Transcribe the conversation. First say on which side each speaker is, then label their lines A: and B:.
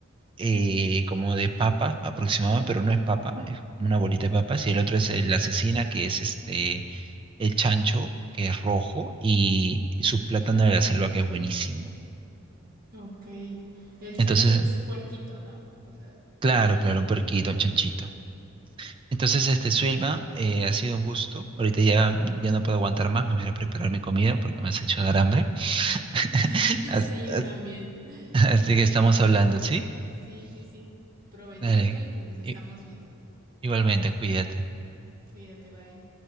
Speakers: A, on the right (about 25°); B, on the right (about 45°).
A: eh, como de papa aproximada, pero no es papa, es una bolita de papas, y el otro es el- la cecina, que es este el chancho, que es rojo, y su plátano de la selva, que es buenísimo.
B: Ok. El
A: Entonces,
B: chancho es puerquito, ¿no? O sea,
A: claro,
B: cochinito.
A: claro, un puerquito,
B: Ok,
A: un chanchito. Entonces, este, Suelva, eh, ha sido un gusto. Ahorita ya, ya no puedo aguantar más, me voy a ir a preparar mi comida porque me has hecho dar hambre. <laughs>
B: <laughs>
A: As-
B: Sí, yo
A: as-
B: también.
A: Así
B: Voy
A: que estamos
B: a andar
A: hablando,
B: bus-
A: ¿sí?
B: Sí, sí, sí. Provechito
A: Dale.
B: y pues nos estamos
A: I-
B: viendo.
A: Igualmente, cuídate.
B: Cuídate, bye.